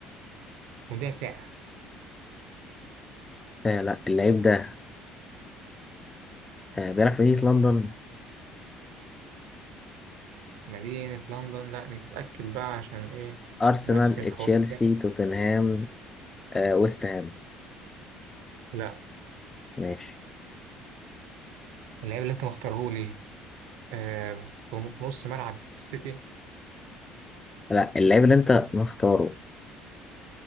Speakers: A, on the right; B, on the left.
A: مدافع
B: آه لا اللعيب ده آه بيلعب في مدينه لندن
A: مدينة لندن لا نتأكد بقى عشان ايه
B: ارسنال
A: نفس الحوار
B: تشيلسي
A: ده
B: توتنهام آه ويست هام
A: لا
B: ماشي
A: اللعيب اللي انت مختارهولي آه في في نص ملعب السيتي
B: لا اللعيب اللي انت مختاره